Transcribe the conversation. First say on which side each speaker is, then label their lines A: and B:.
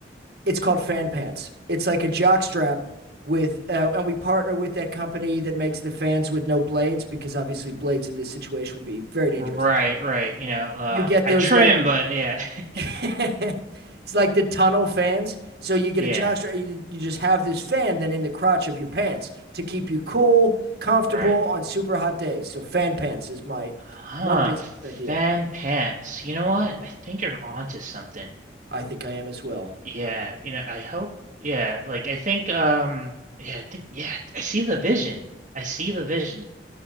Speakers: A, on the right; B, on the right.
A: It's called Fan Pants. It's like a jock strap with, uh, and we partner with that company that makes the fans with no blades because obviously blades in this situation would be very dangerous.
B: Right, right. You know, um
A: You get
B: I
A: those
B: trim,
A: like,
B: but yeah.
A: <laughs> it's
B: <laughs>
A: like the tunnel fans. So you get
B: Yeah,
A: a jock strap, you, you just have this fan then in the crotch of your pants to keep you cool, comfortable
B: right.
A: on super hot days. So Fan Pants is my
B: Huh,
A: one business
B: fan
A: idea.
B: pants. You know what?
A: Mm-hmm.
B: I think you're onto something.
A: I think I am as well.
B: Yeah, you know, I hope yeah, like I think um yeah, I think yeah, I see the vision. I see the vision